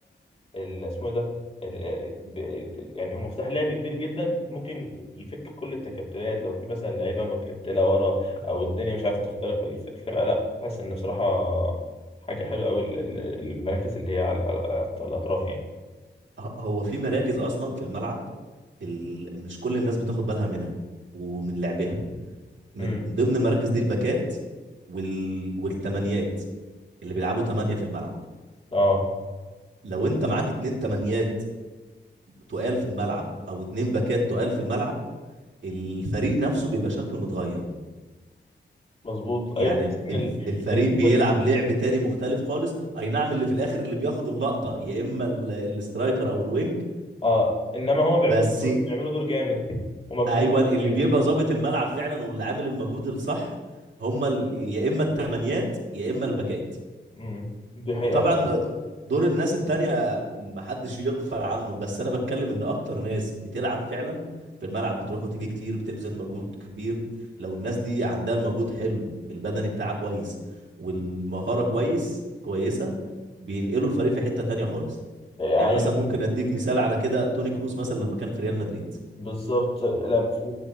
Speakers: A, on the left; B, on the right.
A: ال اسمه إيه ده ال... ب- ال- يعني هو مفتاح لعب كبير جدا ممكن يفك كل التكتلات لو في مثلا لعيبه متكتله ورا او الدنيا مش عارف تخترق الف- الفرقه لا بحس ان بصراحه حاجه حلوه قوي المراكز اللي هي على على- على الاطراف يعني
B: ه- هو في مراكز اصلا في الملعب ال... مش كل الناس بتاخد بالها منها ومن لعبها من
A: امم
B: ضمن المراكز دي الباكات وال... والتمانيات اللي بيلعبوا تمانية في الملعب
A: اه
B: لو انت معاك اتنين تمانيات تقال في الملعب او اتنين باكات تقال في الملعب الفريق نفسه بيبقى شكله متغير
A: مظبوط
B: يعني
A: ايوه تحس ان
B: الف-
A: ال...
B: الفريق
A: ان انت
B: بيلعب لعب تاني مختلف خالص اي نعم اللي في الاخر اللي بياخد اللقطة يا اما ال- الاسترايكر او الوينج
A: اه انما هما بيعملوا
B: بس
A: دور... بيعملوا دور جامد ومجهود
B: ايوه اللي
A: كبير
B: بيبقى ظابط الملعب فعلا واللي عامل المجهود الصح هما ال... يا اما التمانيات يا اما الباكات
A: امم دي حقيقه
B: طبعا
A: فعلا
B: دور الناس التانية محدش يغفل عنه بس انا بتكلم ان اكتر ناس بتلعب فعلا في الملعب بتروح وتيجي كتير بتبذل مجهود كبير لو الناس دي عندها المجهود حلو البدني بتاعها كويس والمهارة كويس كويسة بينقلوا الفريق في حتة تانية خالص
A: يعني
B: يعني مثلا ممكن اديك مثال على كده توني كروس مثلا لما كان في ريال مدريد
A: بالظبط لم و...